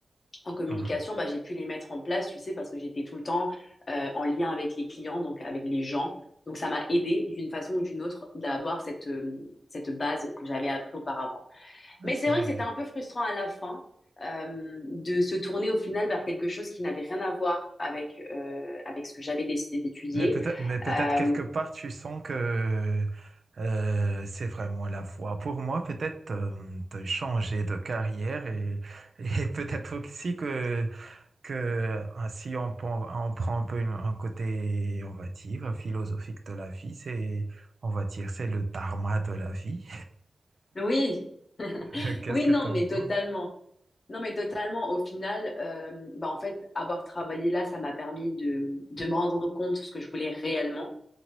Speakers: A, on the left; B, on the right.
A: En communication,
B: Mhm. Ah,
A: bah, j'ai pu les mettre en place, tu sais, parce que j'étais tout le temps euh, en lien avec les clients, donc avec les gens. Donc, ça m'a aidé d'une façon ou d'une autre d'avoir cette, euh, cette base que j'avais appris auparavant.
B: Ouais,
A: Mais
B: C'est
A: c'est vrai que c'était un peu frustrant à la fin euh, de se tourner au final vers quelque chose qui n'avait rien à voir avec, euh, avec ce que j'avais décidé d'étudier.
B: Mais peut-être, mais peut-être
A: Euh,
B: quelque part, tu sens que euh, c'est vraiment la voie. Pour moi, peut-être euh, de changer de carrière et, et <laughs> peut-être aussi que, que ah, si on, prend- on prend un peu une- un côté, on va dire, philosophique de la vie, c'est, on va dire, c'est le dharma de la vie.
A: Oui, <laughs>
B: <laughs> Qu'est-ce
A: oui,
B: que
A: non,
B: tu en
A: mais
B: penses?
A: totalement. Non, mais totalement. Au final, euh, bah, en fait, avoir travaillé là, ça m'a permis de, de me rendre compte de ce que je voulais réellement.